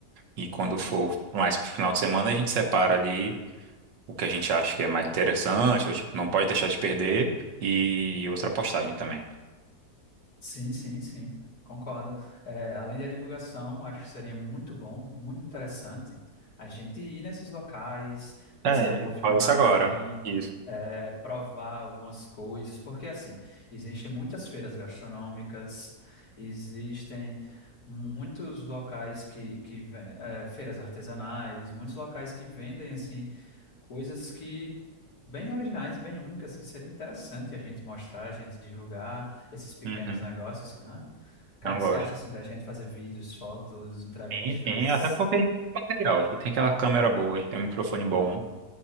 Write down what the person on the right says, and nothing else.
E quando for mais pro final de semana, a gente separa ali o que a gente acha que é mais interessante, ou tipo, não pode deixar de perder, e outra postagem também.
É,
é,
Olha isso agora. isso.
Uhum,
agora.
Sim, sim, até porque a gente tem material, a gente tem aquela câmera boa, a gente tem um microfone bom,